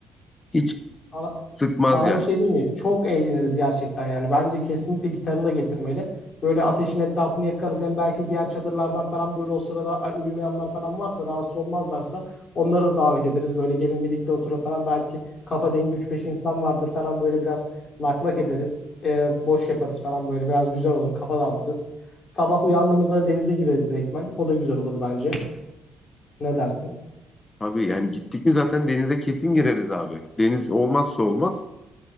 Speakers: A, on the left; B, on the left.
A: Hiç
B: Sana,
A: sıkmaz
B: sana
A: yani.
B: bir şey diyeyim mi? Çok eğleniriz gerçekten yani. Bence kesinlikle gitarını da getirmeli. Böyle ateşin etrafını yakarız. Hem belki diğer çadırlardan falan böyle o sırada ay- uyumayanlar falan varsa rahatsız olmazlarsa onları da davet ederiz. Böyle gelin birlikte oturun falan. Belki kafa dengi üç beş insan vardır falan böyle biraz lak lak ederiz. Ee, boş yaparız falan böyle biraz güzel olur. Kafa dağıtırız. Sabah uyandığımızda denize gireriz direktmen. O da güzel olur bence. Ne dersin?
A: Abi yani gittik mi zaten denize kesin gireriz abi. Deniz olmazsa olmaz.